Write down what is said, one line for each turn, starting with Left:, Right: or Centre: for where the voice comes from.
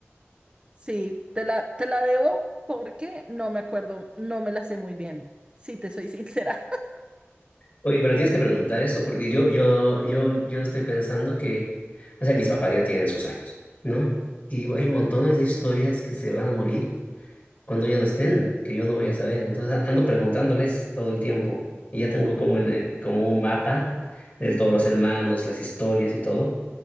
Right: sí, te la, te la debo porque no me acuerdo, no me la sé muy bien, si te soy sincera. <laughs>
Left: Oye, pero tienes que preguntar eso porque yo, yo, yo, yo estoy pensando que, o sea, mis papás ya tienen sus años, ¿no? Y digo, hay montones de historias que se van a morir cuando ya no estén, que yo no voy a saber. Entonces a- ando preguntándoles todo el tiempo y ya tengo como, el, eh, como un mapa de todos los hermanos, las historias y todo.